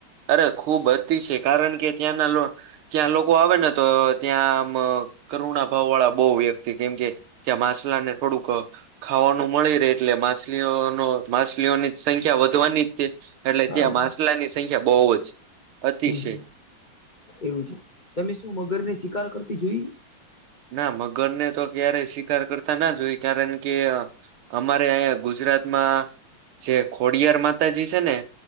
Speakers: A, on the right; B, on the left.
A: અરે ખૂબ અતિશય, કારણ કે ત્યાંના લો ત્યાં લોકો આવે ને તો ત્યાં આમ કરુણાભાવ વાળા બહુ વ્યક્તિ કેમ કે ત્યાં માછલા ને થોડુંક ખાવાનું મળી રહે એટલે માછલીઓનો માછલીઓની જ સંખ્યા વધવાની તે. એટલે
B: હા
A: ત્યાં માછલાની સંખ્યા બહુ જ. અતિશય
B: હમ્મ એવું છે. તમે શું મગર ને શિકાર કરતી જોઈ?
A: ના મગરને તો ક્યારેય શિકાર કરતા ના જોઈ, કારણ કે અમારે અહીંયા ગુજરાતમાં જે ખોડિયાર માતાજી છે ને